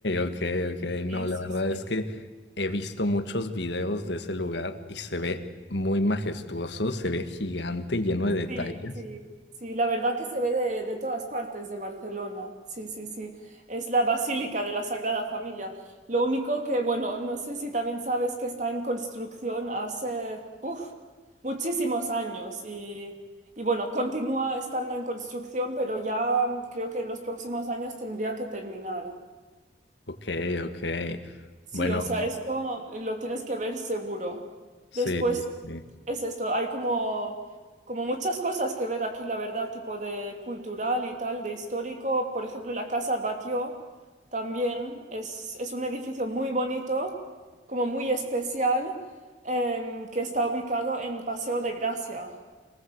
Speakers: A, on the left; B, on the right.
A: ok, ok. No,
B: Sí,
A: la
B: sí,
A: verdad
B: sí.
A: es que he visto muchos videos de ese lugar y se ve muy majestuoso, se ve gigante, lleno de detalles.
B: Sí, sí, sí, la verdad que se ve de, de todas partes de Barcelona. Sí, sí, sí. Es la Basílica de la Sagrada Familia. Lo único que, bueno, no sé si también sabes que está en construcción hace, uf, muchísimos años y, y bueno, continúa estando en construcción, pero ya creo que en los próximos años tendría que terminar.
A: Ok, ok.
B: Sí,
A: Bueno,
B: o sea, esto lo tienes que ver seguro.
A: sí,
B: Después
A: sí.
B: es esto, hay como, como muchas cosas que ver aquí, la verdad, tipo de cultural y tal, de histórico. Por ejemplo, la Casa Batlló también es, es un edificio muy bonito, como muy especial, em, que está ubicado en Paseo de Gracia.